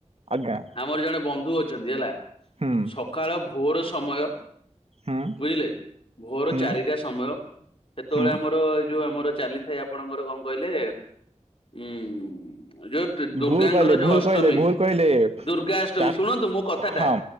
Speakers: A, on the right; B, on the left.
A: ଆଜ୍ଞା।
B: ଆମର ଜଣେ ବନ୍ଧୁ ଅଛନ୍ତି, ହେଲା
A: ହୁଁ
B: ସକାଳ ଭୋର ସମୟ
A: ହୁଁ
B: ବୁଝିଲେ ଭୋର
A: ହୁଁ
B: ଚାରିଟା ସମୟ ସେତେବେଳେ
A: ହୁଁ।
B: ଆମର ଏଇ ଯୋଉ ଆମର ଚାଲିଥାଏ ଆପଣଙ୍କର କଣ କହିଲେ ଉୁଁ ଯତ ଦୁର୍ଗାଙ୍କର
A: ଭୁଲ କହିଲେ
B: ଯୋଉ
A: ଭୁଲ
B: ଅଷ୍ଟମୀ,
A: କହିଲେ ଭୁଲ କହିଲେ
B: ଦୁର୍ଗାଷ୍ଟମୀ
A: ଚା
B: ଶୁଣନ୍ତୁ ମୋ କଥାଟା
A: ହଁ